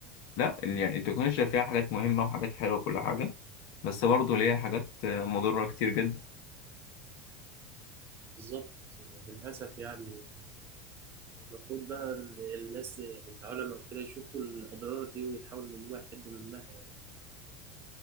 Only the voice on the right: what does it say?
بالظبط للأسف يعني المفروض بقى إن الناس يعني العلماء وكده يشوفوا الأضرار دي ويحاولوا إن هو يحدوا منها يعني